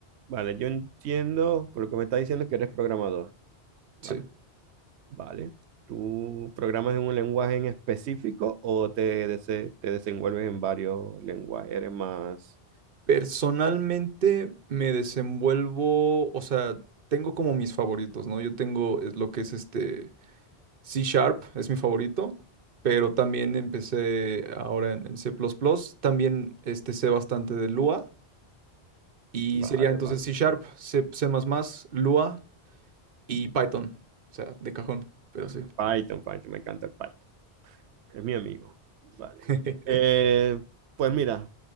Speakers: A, on the right; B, on the right.
A: Vale, yo entiendo por lo que me estás diciendo que eres programador. Vale,
B: Sí.
A: vale. ¿Tú programas en un lenguaje en específico o te, dese- te desenvuelves en varios lenguajes? Eres más...
B: Personalmente me desenvuelvo, o sea, tengo como mis favoritos, ¿no? Yo tengo es lo que es este C Sharp, es mi favorito, pero también empecé ahora en, en C++, también este, sé bastante de Lua y
A: Vale,
B: sería entonces
A: vale,
B: C Sharp, C++, C++, Lua y Python, o sea, de cajón, pero
A: vale.
B: sí.
A: Python, Python, me encanta el Python. Es mi amigo. Vale.
B: <laughs>
A: Eh, pues mira,